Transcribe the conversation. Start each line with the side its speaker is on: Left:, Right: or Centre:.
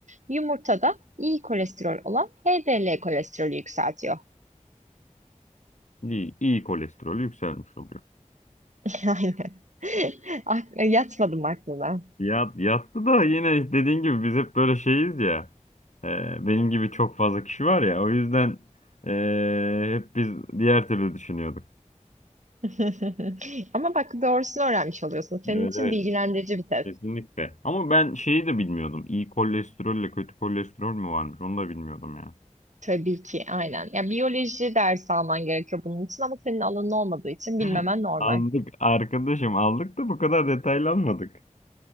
Right: Yumurtada iyi kolesterol olan HDL kolesterolü yükseltiyor.
Left: iyi, iyi kolesterolü yükselmiş oluyor.
Right: <laughs> Aynen. <laughs> Ak- e, Yatmadım aklına.
Left: Ya, yattı da yine dediğin gibi biz hep böyle şeyiz ya. E, benim gibi çok fazla kişi var ya. O yüzden e, hep biz diğer türlü düşünüyorduk.
Right: <laughs> Ama bak doğrusunu öğrenmiş oluyorsun. Senin
Left: Evet
Right: için
Left: evet
Right: bilgilendirici bir test.
Left: kesinlikle. Ama ben şeyi de bilmiyordum. İyi kolesterolle kötü kolesterol mü varmış? Onu da bilmiyordum ya.
Right: Tabii ki aynen. Ya biyoloji dersi alman gerekiyor bunun için ama senin alanın olmadığı için
Left: <laughs>
Right: bilmemen normal.
Left: Aldık arkadaşım aldık da bu kadar detaylanmadık.